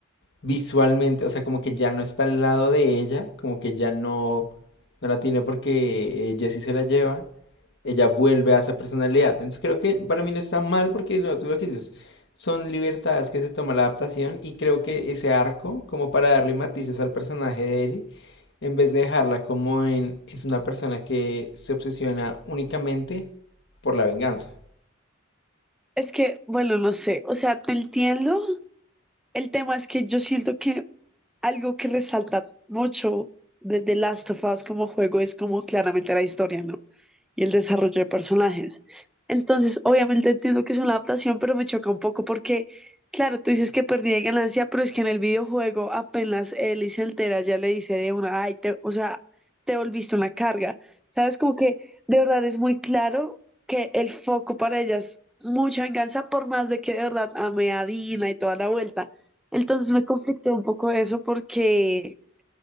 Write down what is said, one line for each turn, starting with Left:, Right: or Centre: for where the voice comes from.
Left: visualmente, o sea, como que ya no está al lado de ella, como que ya no, no la tiene porque eh, Jessie se la lleva, ella vuelve a esa personalidad. Entonces creo que para mí no está mal porque lo, lo que dices, son libertades que se toma la adaptación y creo que ese arco, como para darle matices al personaje de Ellie, en vez de dejarla como en, es una persona que se obsesiona únicamente por la venganza.
Centre: Es que, bueno, no sé, o sea, te entiendo. El tema es que yo siento que Algo que resalta mucho de The Last of Us como juego es como claramente la historia, ¿no? Y el desarrollo de personajes. Entonces, obviamente entiendo que es una adaptación, pero me choca un poco porque, claro, tú dices que perdí de ganancia, pero es que en el videojuego apenas Ellie se entera, ya le dice de una, ay, te- o sea, te volviste una carga. ¿Sabes? Como que de verdad es muy claro que el foco para ellas mucha venganza, por más de que de verdad ame a Dina y toda la vuelta. Entonces me conflictó un poco eso porque